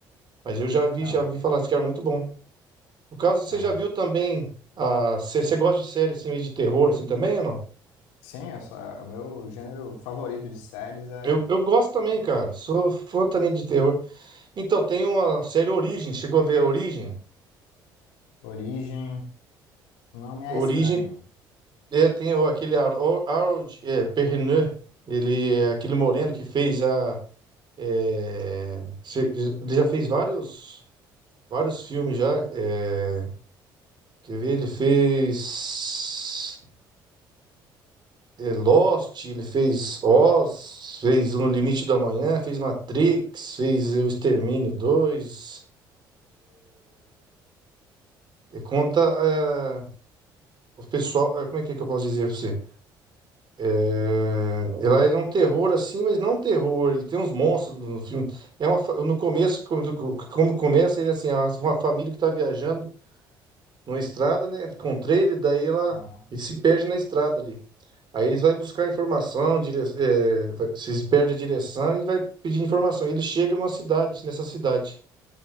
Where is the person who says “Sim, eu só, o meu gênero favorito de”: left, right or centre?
Left